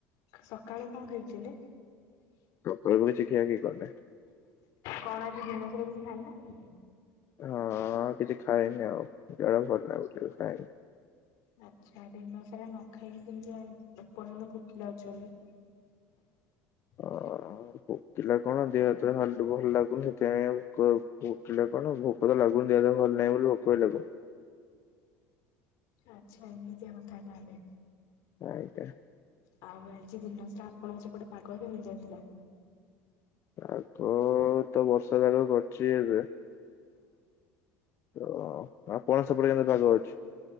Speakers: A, on the left; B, on the left.
A: ସକାଳେ କଣ ଖାଇଥିଲେ।
B: ସକାଳୁ କିଛି ଖିଆ ଖି କରିନି।
A: କଣ ଆଜି ଦିନସାରା କିଛି ଖାଇ ନାହାନ୍ତି।
B: ହଁଁ କିଛି ଖାଏନି ଆଉ ଦେହ ଭଲ ନାହିଁ ଟିକେ ଖଏନି।
A: ଆଚ୍ଛା ଦିନ ସାରା ନ ଖାଇକି କେମିତି ଆଉ ଏପର୍ଯ୍ୟନ୍ତ ଭୋକିଲା ଅଛନ୍ତି। ହ
B: ଅ ଭୋକିଲା କଣ ଦେହ ହାତ ଭଲ ଲାଗୁନି କ ଭୋକିଲା କଣ ଭୋକ ଲାଗୁନି ଦେହ ହାତ ଭଲ ନାଇଁ ବୋଲି ଭୋକ ବି ଲାଗୁନି।
A: ଆଚ୍ଛା ଏମିତିଆ କଥା ତାହେଲେ।
B: ଆଜ୍ଞା।
A: ଆଉ ଆଜି ଦିନସାରା ଆପଣଙ୍କ ସେପଟେ ପାଗ କେମିତିଆ ଥିଲା।
B: ଆଉ କଣ ତ ବର୍ଷା ପାଗ କରିଛି ଏବେ। ଓ ଆପଣ ସପଟ କେନ୍ତ ପାାଗ ଅଛି <unintelligible>